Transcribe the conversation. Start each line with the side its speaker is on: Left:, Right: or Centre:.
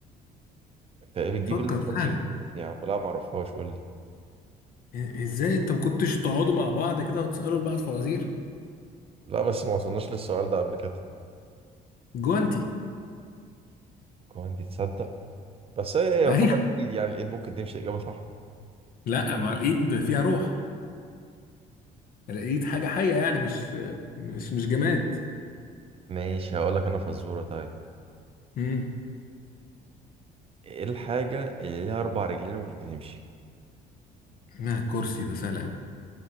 Right: انت ايه بتجيب
Left: فكر
Right: الفوازير
Left: سهلة
Right: دي منين يا عم لا ما اعرفهاش قول لي
Left: ازاي انت ما كنتش تقعدوا مع بعض كده وتسالوا لبعض فوازير
Right: لا بس ما وصلناش للسؤال ده قبل كده
Left: جوانتي
Right: كمان دي تصدق بس هي يعتبر
Left: <laughs> ايوه
Right: اكيد يعني الايد ممكن تمشي اجابة صح
Left: لا ما الايد فيها روح الايد حاجه حيه يعني مش مش مش جماد
Right: ماشي هقول لك انا فزورة طيب
Left: امم
Right: ايه الحاجة اللي ليها اربع رجلين ومش بتمشي
Left: لا الكرسي ده سهل قوي